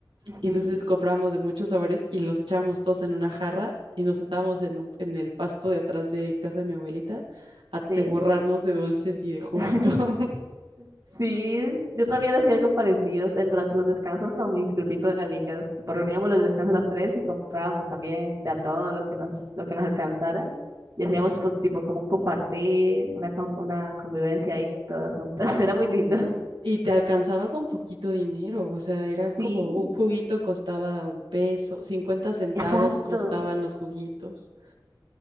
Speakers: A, on the right (about 40°); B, on the right (about 80°).
A: Ujú,
B: y entonces comprábamos de muchos sabores y los echábamos todos en una jarra y nos sentábamos en, un- en el pasto de atrás de casa de mi abuelita a te
A: Sí.
B: borrarnos de dulces y de juguito.
A: <laughs>
B: <laughs>
A: Sí, yo también hacía algo parecido en- durante los descansos con mis grupitos de amigas. Tipo, reuníamos los descansos a las tres y comprábamos también de a todo lo que nos, lo que nos alcanzara. Y hacíamos pues tipo como un compartir, una, con- una convivencia ahí todas juntas. <laughs> Era muy lindo.
B: Y te alcanzaba con poquito dinero, o sea, era
A: Sí,
B: como un juguito costaba un peso, cincuenta centavos
A: exacto.
B: costaban los juguitos.